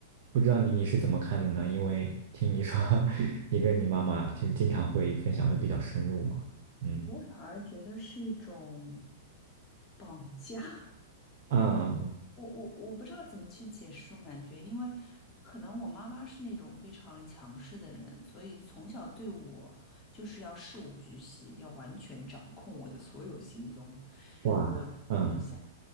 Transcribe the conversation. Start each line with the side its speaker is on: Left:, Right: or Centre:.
Right: 不知道你你是怎么看的呢？因为听你说，<laughs> 你跟你妈妈就是经常会分享的比较深入嘛。嗯，
Left: 我反而觉得是一种绑架，<laughs>
Right: 啊
Left: 我我我不知道怎么去解释这种感觉，因为可能我妈妈是那种非常强势的人，所以从小对我就是要事无巨细，要完全掌控我的所有行踪，
Right: 哇，
Left: 我的动向。
Right: 嗯